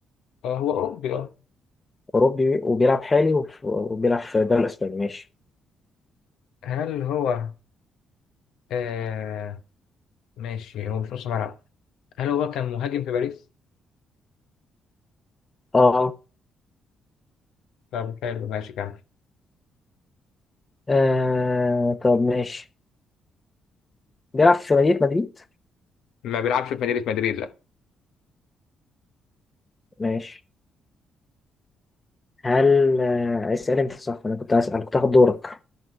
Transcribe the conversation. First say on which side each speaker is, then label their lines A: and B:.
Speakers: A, on the left; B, on the left.
A: آه هو اوروبي اه
B: أوروبي وبيلعب حالي وف- وبيلعب في الدوري الأسباني ماشي
A: هل هو آه ماشي هو مش نص ملعب هل هو كان مهاجم في باريس؟
B: آه.
A: طب حلو ماشي كمل
B: آه طب ماشي بيلعب في مدينة مدريد
A: ما بيلعبش في مدينة مدريد لا
B: ماشي هل آه، اسأل أنت صح أنا كنت هسأل كنت هاخد دورك